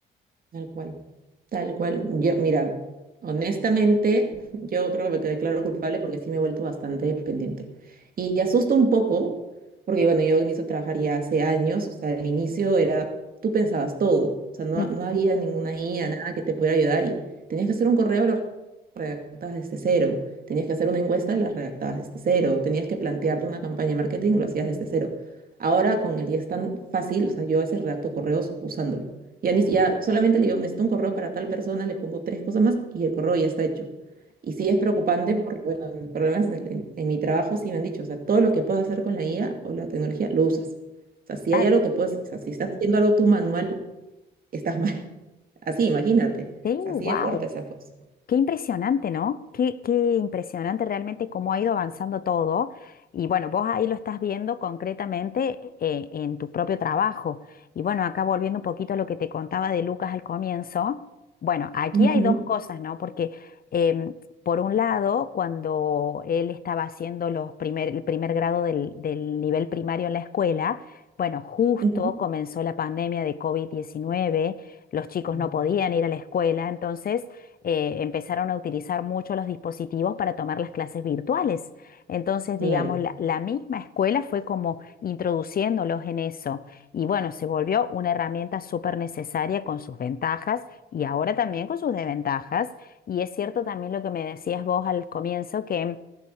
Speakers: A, on the right; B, on the left.
A: Tal cual, tal cual. Yo, mira, honestamente, yo creo que me declaro culpable porque sí me he vuelto bastante dependiente. Y asusta un poco, porque bueno, yo empiezo a trabajar ya hace años, o sea, al inicio era, tú pensabas todo, o sea, no,
B: Mm,
A: no había ninguna IA, nada que te pudiera ayudar y tenías que hacer un correo, lo redactabas desde cero, tenías que hacer una encuesta, la redactabas desde cero, tenías que plantearte una campaña de marketing, lo hacías desde cero. Ahora con el día es tan fácil, o sea, yo a veces redacto correos usándolo. Ya, ni- si, ya solamente le digo, necesito un correo para tal persona, le pongo tres cosas más y el correo ya está hecho. Y sí es preocupante porque, bueno, en problemas en, en- en mi trabajo sí me han dicho, o sea, todo lo que puedas hacer con la IA o la tecnología, lo usas. O sea, si
B: Claro,
A: hay algo que puedes, o sea, si estás haciendo algo tú manual, estás mal. <laughs> Así, imagínate.
B: sí,
A: O sea, así
B: wow.
A: de fuerte se ha puesto.
B: Qué impresionante, ¿no? Qué, qué impresionante realmente cómo ha ido avanzando todo. Y bueno, vos ahí lo estás viendo concretamente eh, en tu propio trabajo. Y bueno, acá volviendo un poquito a lo que te contaba de Lucas al comienzo. Bueno, aquí
A: Ujú,
B: hay dos cosas, ¿no? Porque em, por un lado, cuando él estaba haciendo los primer, el primer grado del, del nivel primario en la escuela, bueno, justo
A: ujú.
B: comenzó la pandemia de covid diecinueve. los chicos
A: Mm.
B: no podían ir a la escuela, entonces eh, empezaron a utilizar mucho los dispositivos para tomar las clases virtuales. Entonces,
A: Claro,
B: digamos, la, la misma escuela fue como introduciéndolos en eso. Y bueno, se volvió una herramienta súper necesaria con sus ventajas y ahora también con sus desventajas. Y es cierto también lo que me decías vos al comienzo, que